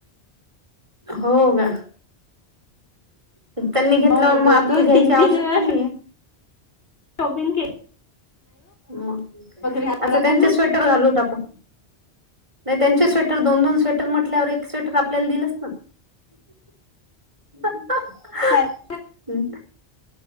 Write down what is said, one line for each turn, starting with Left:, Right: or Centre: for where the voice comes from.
Right: हो गा, त्यांनी घेतला
Left: हो
Right: मग
Left: दोन
Right: आपल्याला
Left: दोन
Right: घ्यायची
Left: तीन
Right: आवश्यकता
Left: तीन वेळा
Right: नाहीये.
Left: शॉपिंग के''--''
Right: हम, म
Left: घालावं
Right: आता त्यांचे
Left: लागेल ना.
Right: स्वेटर घालूत होता आपण. नाही त्यांचे स्वेटर दोन दोन स्वेटर म्हटल्यावर एक स्वेटर आपल्याला दिलच ना. <inaudible>
Left: चालेल
Right: हम्म